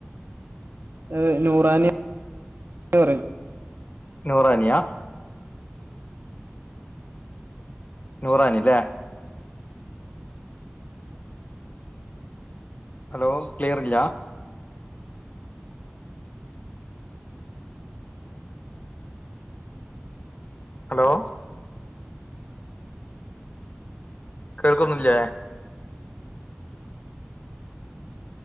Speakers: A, on the right; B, on the left.
A: അത് നൂറാനി <inaudible> പറയും.
B: നൂറാനിയാ? നൂറാനി ലേ ഹലോ ക്ലിയറില്ലാ? ഹലോ കേൾക്കുന്നില്ലേ?